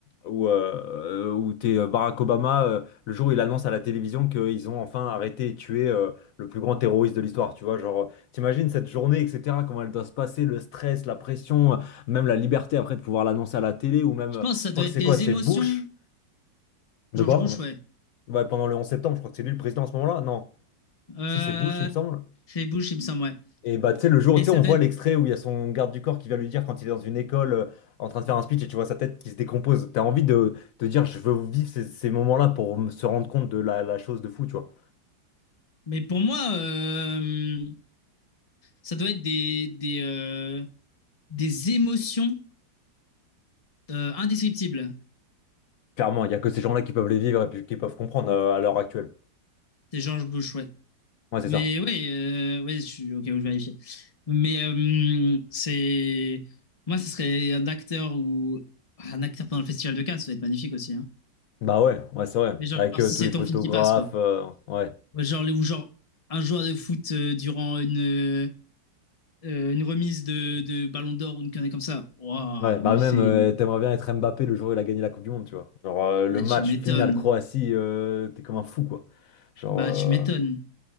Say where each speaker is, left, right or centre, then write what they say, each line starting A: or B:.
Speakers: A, on the left; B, on the left.
A: où, euh, euh, où t'es euh, Barack Obama, euh, le jour où il annonce à la télévision qu'ils ont enfin arrêté et tué euh, le plus grand terroriste de l'histoire, tu vois, genre, euh, t'imagines cette journée, etc., comment elle doit se passer, le stress, la pression, euh, même la liberté après de pouvoir l'annoncer à la télé, ou même,
B: Je
A: euh,
B: pense que ça
A: je
B: doit
A: crois que
B: être
A: c'est
B: des
A: quoi, c'est
B: émotions.
A: Bush, de
B: George
A: quoi?
B: Bush, ouais.
A: Ouais, pendant le 11 septembre, je crois que c'est lui le président à ce moment-là, non,
B: Euh...
A: si c'est Bush, il me semble,
B: C'est Bush, il me semble, ouais.
A: Et bah, tu sais, le jour,
B: Mais
A: tu
B: ça
A: sais, on
B: doit
A: voit
B: être...
A: l'extrait où il y a son garde du corps qui vient lui dire quand il est dans une école euh, en train de faire un speech et tu vois sa tête qui se décompose. T'as envie de, de dire, je veux vivre ces, ces moments-là pour me- se rendre compte de la, la chose de fou, tu vois.
B: Mais pour moi, euh, ça doit être des, des, euh, des émotions euh, indescriptibles.
A: Clairement, il n'y a que ces gens-là qui peuvent les vivre et puis qui peuvent comprendre euh, à l'heure actuelle.
B: C'est George Bush, ouais.
A: Ouais, c'est
B: Mais
A: ça.
B: ouais, euh, ouais, je suis ok où je vérifie. Mais euh, c'est. Moi, ce serait un acteur ou. Un acteur pendant le Festival de Cannes, ça va être magnifique aussi. Hein.
A: Bah ouais, ouais, c'est vrai.
B: Mais genre,
A: Avec
B: si
A: euh, tous
B: c'est
A: les photographes,
B: ton film qui passe, quoi.
A: euh, ouais.
B: Ouais, Genre, ou genre, un joueur de foot euh, durant une, euh, euh, une remise de, de Ballon d'Or ou une connerie comme ça. Waouh,
A: Ouais, bah
B: mais
A: même,
B: c'est.
A: euh, t'aimerais bien être Mbappé le jour où il a gagné la Coupe du Monde, tu vois. Genre, euh, le
B: Ah,
A: match
B: tu m'étonnes.
A: final Croatie, euh, t'es comme un fou, quoi. Genre.
B: Bah,
A: euh,
B: tu m'étonnes.